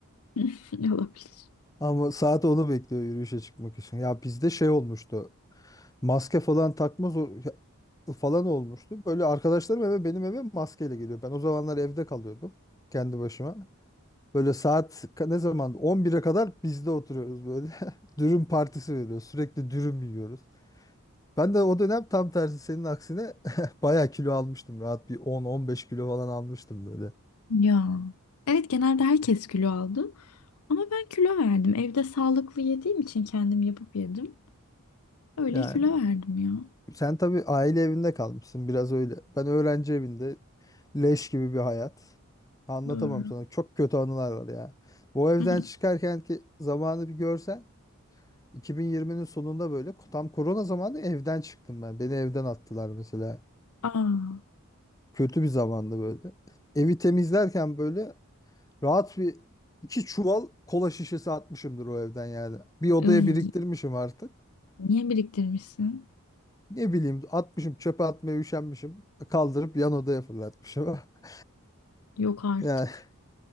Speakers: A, on the left; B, on the left.
A: <laughs> Olabilir.
B: Ama saat onu bekliyor yürüyüşe çıkmak için. Ya bizde şey olmuştu. Maske falan takmaz o- ya- falan olmuştu. Böyle arkadaşlarım eve benim eve maskeyle geliyor. Ben o zamanlar evde kalıyordum kendi başıma. Böyle saat ka- ne zaman 11'e kadar bizde oturuyoruz böyle. <laughs> Dürüm partisi veriyoruz. Sürekli dürüm yiyoruz. Ben de o dönem tam tersi senin aksine <laughs> bayağı kilo almıştım. Rahat bir 10-15 kilo falan almıştım böyle.
A: Ya. Evet genelde herkes kilo aldı. Ama ben kilo verdim. Evde sağlıklı yediğim için kendim yapıp yedim. Öyle
B: Yani
A: kilo verdim ya.
B: Sen tabii aile evinde kalmışsın biraz öyle. Ben öğrenci evinde leş gibi bir hayat. Anlatamam
A: Doğru.
B: sana. Çok kötü anılar var ya. Bu evden
A: <laughs>
B: çıkarken ki zamanı bir görsen 2020'nin sonunda böyle tam korona zamanı evden çıktım ben. Beni evden attılar mesela.
A: Aa,
B: Kötü bir zamandı böyle. Evi temizlerken böyle rahat bir iki çuval kola şişesi atmışımdır o evden yani. Bir odaya
A: ıy,
B: biriktirmişim artık.
A: niye biriktirmişsin?
B: Ne bileyim atmışım çöpe atmaya üşenmişim. Kaldırıp yan odaya fırlatmışım. <laughs>
A: Yok artık.
B: Ya,